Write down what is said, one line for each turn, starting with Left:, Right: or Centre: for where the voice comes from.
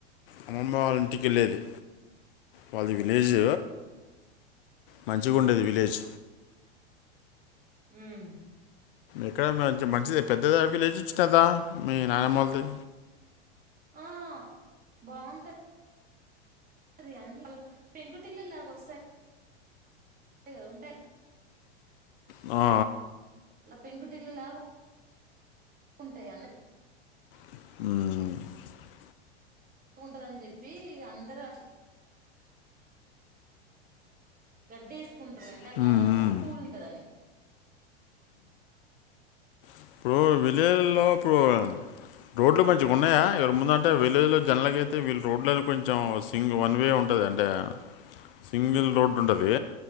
Left: అమ్మమ్మ వాళ్ళ ఇంటికేళ్ళేది వాళ్ళది విలేజ్ మంచిగుండేది విలేజ్
Right: హ్మ్
Left: ఎక్కడ మంచిది పెద్దది విలేజ్ చ్చినదా మీ నానమ్మోల్లది
Right: ఆ బాగుంటద్ అది అన్ని పెంకుటిల్లులాగ వస్తాయి కద ఉంటా
Left: ఆ.. ఆ
Right: పెంకుట్టిల్లులాగ ఉంటాయన్ని
Left: హ్మ్
Right: ఉంటదని చెప్పి ఇగ అందరూ అట్లా గడ్డెస్ కుంటారు ఎండాకాలము
Left: హ్మ్ హ్మ్
Right: కూల్ ఉంటుదని
Left: ఇప్పుడు విలేజ్లో ఇప్పుడు రోడ్లు మంచిగా ఉన్నాయా ఇక్కడ ముంద అంటే విలేజ్లో జనరల్గ అయితే వీళ్ళు రోడ్ల కొంచెం సింగ వన్ వే ఉంటుంది అంటే సింగిల్ రోడ్డు ఉంటుంది